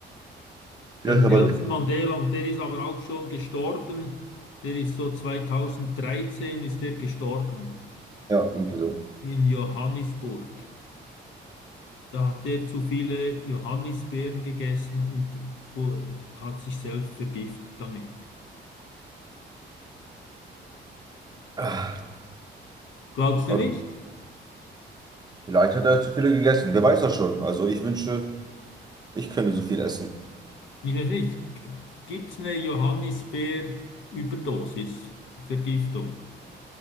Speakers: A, on the right; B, on the left.
A: ja,
B: Der
A: ist
B: Nelson
A: aber.
B: Mandela, und der ist aber auch schon gestorben, der ist so 2013 ist der gestorben
A: ja, irgendwie so.
B: in Johannisburg. Da hat der zu viele Johannisbeeren gegessen und wo, äh, hat sich selbst vergiftet damit.
A: Ah,
B: Glaubst du
A: Okay.
B: nicht?
A: Vielleicht hat er zu viele gegessen. Wer weiß das schon? Also ich wünschte, ich könnte so viel essen.
B: Ich weiß nicht. Gibt es eine Johannisbeer-Überdosis, Vergiftung?